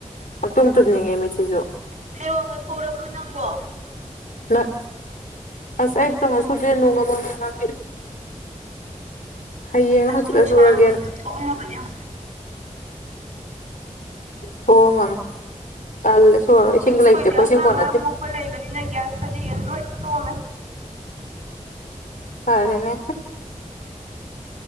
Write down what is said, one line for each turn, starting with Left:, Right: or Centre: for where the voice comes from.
Left: ꯄꯪꯇꯨꯝ ꯇꯨꯝꯅꯤꯡꯉꯦ ꯃꯤꯠꯁꯤꯁꯨ
Right: ꯐꯤꯔꯣꯟꯒ ꯁꯨꯔꯕ꯭ꯔꯣ ꯅꯪꯕꯣ
Left: ꯅꯪ ꯑꯁ ꯑꯩ ꯐꯤꯔꯣꯟꯒ ꯁꯨꯗꯦ ꯅꯣꯡꯒ ꯃꯪꯉꯤ ꯍꯌꯦꯡꯂ ꯍꯪꯆꯤꯠꯂ
Right: ꯅꯨꯁꯥ
Left: ꯁꯨꯔꯒꯦꯅ
Right: ꯃꯌꯥꯝ ꯊꯣꯛꯑꯝꯃꯕꯅꯤ ꯍꯧꯖꯤꯛ
Left: ꯊꯣꯛꯑꯝꯃꯝꯅꯤ ꯇꯜꯂꯦ ꯁꯨꯔꯔꯣꯏ ꯏꯁꯤꯡꯒ ꯂꯩꯇꯦ
Right: ꯈꯣꯏꯗꯤ
Left: ꯑꯩꯈꯣꯏ
Right: ꯑꯉꯥꯡ
Left: ꯏꯁꯤꯡ ꯀꯣꯟꯅꯗꯦ
Right: ꯃꯔꯝ ꯃꯣꯛ ꯄ ꯂꯩꯕꯅꯤꯅ ꯒ꯭ꯌꯥꯁ ꯐꯗꯤꯒ ꯂꯣꯏ ꯁꯨꯗꯣꯛꯑꯝꯃꯦ
Left: ꯐꯔꯦꯅꯦ